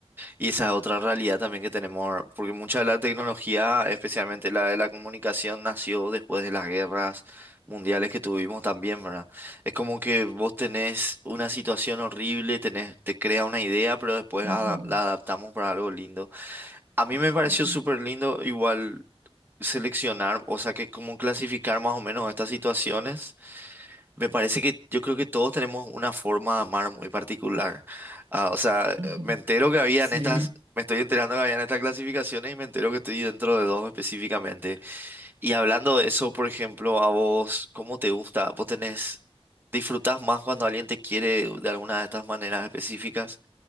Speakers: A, on the right; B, on the right.
A: Y esa es otra realidad también que tenemos, porque mucha de la tecnología, especialmente la de la comunicación, nació después de las guerras mundiales que tuvimos también, ¿verdad? Es como que vos tenés una situación horrible, tenés, te crea una idea, pero después
B: Ujú,
A: ada- la adaptamos para algo lindo. A mí me pareció
B: ujú,
A: súper lindo igual seleccionar, o sea, que como clasificar más o menos estas situaciones me parece que yo creo que todos tenemos una forma de amar muy particular. Ah, o sea,
B: ujú.
A: me entero que habían
B: Sí.
A: estas, me estoy enterando que habían estas clasificaciones y me entero que estoy dentro de dos específicamente. Y hablando de eso, por ejemplo, a vos, ¿cómo te gusta? ¿Vos tenés, disfrutás más cuando alguien te quiere de alguna de estas maneras específicas?